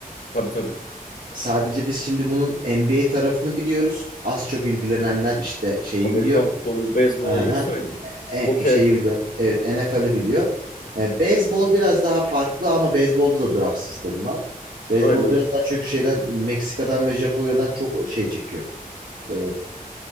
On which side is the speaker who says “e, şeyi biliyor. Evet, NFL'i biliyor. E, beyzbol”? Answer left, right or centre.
Right